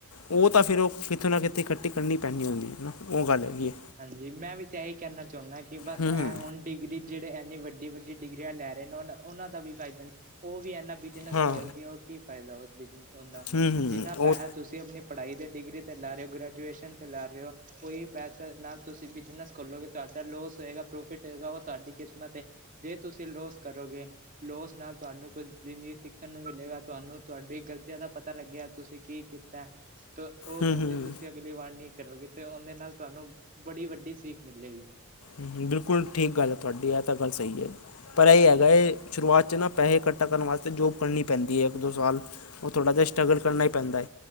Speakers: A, on the left (about 85°); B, on the right (about 40°).
A: ਉਹ ਤਾਂ ਫਿਰ ਉਹ ਕਿੱਥੋਂ ਨਾ ਕਿਤੇੇ ਇਕੱਠੀ ਕਰਨੀ ਪੈਂਦੀ ਹੁੰਦੀ ਏ ਨਾ ਉਹ ਗੱਲ ਹੈਗੀ ਐ
B: ਹਾਂਜੀ ਮੈਂ ਵੀ ਤਾਂ ਇਹੀ ਕਹਿਣਾ ਚਾਹੁੰਦਾ ਕਿ ਬਸ
A: ਹੂੰ
B: ਐ
A: ਹੂੰ
B: ਹੁਣ ਡਿਗਰੀ ਜਿਹੜੇ ਇੰਨੀ ਵੱਡੀ ਵੱਡੀ ਡਿਗਰੀਆਂ ਲੈ ਰਹੇ ਨੇ ਉਹ ਉਹਨਾਂ ਦਾ ਵੀ ਫਾਇਦਾ ਨੀ ਉਹ ਵੀ ਇਨਾ ਬਿਜਨਸ
A: ਹਾਂ
B: ਖੋਲ ਕੇ ਉਹ ਕੀ ਫਾਇਦਾ ਉਸ ਬਿਜਨ ਔਂਦਾ
A: ਹੂੰ ਹੂੰ
B: ਜਿੰਨਾ
A: ਉਹ
B: ਪੈਸਾ ਤੁਸੀਂ ਆਪਣੀ ਪੜ੍ਹਾਈ ਦੇ ਡਿਗਰੀ 'ਤੇ ਲੈ ਰਹੇ ਹੋ ਗ੍ਰੈਜੂਏਸ਼ਨ 'ਤੇ ਲੈ ਰਹੇ ਹੋ ਓਈ ਪੈਸਾ ਨਾਲ ਤੁਸੀਂ ਬਿਜਨਸ ਖੋਲੋਗੇ ਤੁਹਾਡਾ ਲੋਸ ਹੋਏਗਾ ਪ੍ਰੋਫਿਟ ਹੋਏਗਾ ਉਹ ਤੁਹਾਡੀ ਕਿਸਮਤ ਏ ਜੇ ਤੁਸੀਂ ਲੋਸ ਕਰੋਗੇ ਲੋਸ ਨਾਲ ਤੁਹਾਨੂੰ ਕੁਝ ਜ਼ਿੰਦਗੀ ਸਿੱਖਣ ਨੂੰ ਮਿਲੇਗਾ ਤੁਹਾਨੂੰ ਤੁਹਾਡੀ ਗਲਤੀਆਂ ਦਾ ਪਤਾ ਲੱਗਿਆ ਤੁਸੀਂ ਕੀ ਕੀਤਾ ਉਹ
A: ਹੂੰ
B: ਗਲਤੀ
A: ਹੂੰ
B: ਤੁਸੀਂ ਅਗਲੀ ਵਾਰ ਨਹੀਂ ਕਰੋਗੇ ਤੇ ਉਹਦੇ ਨਾਲ ਤੁਹਾਨੂੰ ਬੜੀ ਵੱਡੀ ਸੀਖ ਮਿਲੇਗੀ
A: ਬਿਲਕੁਲ ਠੀਕ ਗੱਲ ਐ, ਤੁਹਾਡੀ ਆ ਤਾਂ ਗੱਲ ਸਹੀ ਐ ਜੀ ਪਰ ਇਹ ਹੈਗਾ ਹੈ ਸ਼ੁਰੂਆਤ ਚ ਨਾ ਪੈਸੇ ਇਕੱਠਾ ਕਰਨ ਵਾਸਤੇ ਜੋਬ ਕਰਨੀ ਪੈਂਦੀ ਹੈ ਇੱਕ ਦੋ ਸਾਲ ਉਹ ਥੋੜ੍ਹਾ ਜਿਹਾ ਸਟਰਗਲ ਕਰਨਾ ਹੀ ਪੈਂਦਾ ਐ।